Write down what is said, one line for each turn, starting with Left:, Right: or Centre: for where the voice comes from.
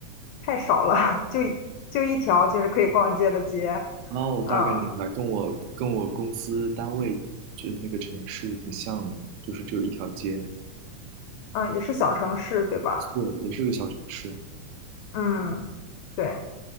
Left: 太少了，<laughs> 就一就一条就是可以逛街的街，
Right: 哦，我大概明白，
Left: 嗯。
Right: 跟我跟我公司单位就是那个城市挺像的，就是只有一条街，
Left: 嗯，也是小城市，对吧？
Right: 对，也是个小城市。
Left: 嗯，对，